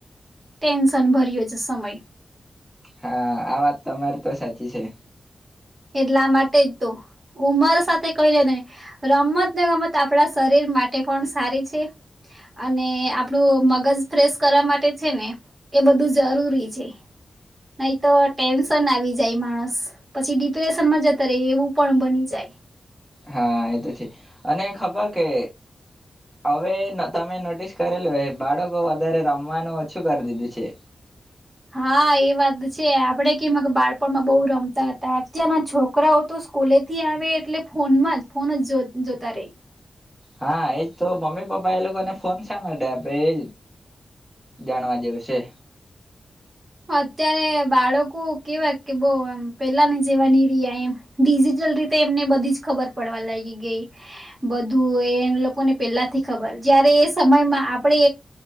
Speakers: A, on the right; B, in the centre.
A: ટેન્શન ભર્યો છે સમય.
B: હા, આ વાત તમાર તો સાચી છે.
A: લા માટે જ તો. ઉમર સાથે કહી લેને નહીં. રમત ને ગમત આપણા શરીર માટે પણ સારી છે અને આપણું મગજ ફ્રેશ કરવા માટે છે ને એ બધું જરૂરી છે. નહી તો ટેન્શન આવી જાય માણસ પછી ડિપ્રેશન માં જતા રહે એવું પણ બની જાય.
B: હા એતો છે. અને ખબર કે હવે તમે નોટિસ કરેલો બાળકો વધારે રમવાનું ઓછું કરી દીધું છે.
A: હા એ વાત છે. આપડે કે બાળપણમાં બહુ રમતા હતા અત્યારના છોકરાઓ તો સ્કૂલેથી આવે એટલે ફોનમાં જ ફોન જ જોતા રહી.
B: હા એજ તો મમ્મી પપ્પા એ લોકોને ફોન શા માટે આપે એ જાણવા દવુંશે.
A: અત્યારે બાળકો કેવાય કે બો હમ પેલાની જેવા ની રેહા એમ ડિજિટલ રીતે એમને બધી જ ખબર પડવા લાગી ગઈ બધું એ લોકોને પેલા થી ખબર જયારે એ સમયમાં આપડે